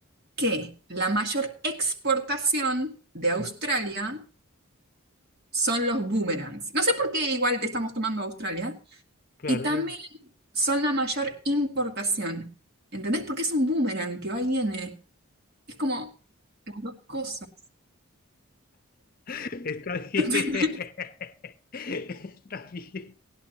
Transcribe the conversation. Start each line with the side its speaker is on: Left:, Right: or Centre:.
Right: que la mayor exportación de
Left: Sí.
Right: Australia son los boomerangs. No sé por qué igual te estamos tomando Australia.
Left: Claro,
Right: Y también
Left: no.
Right: son la mayor importación. ¿Entendés? Porque es un boomerang que va y viene. Es como las dos cosas.
Left: <laughs> Está bien.
Right: <laughs>
Left: <laughs> Está bien.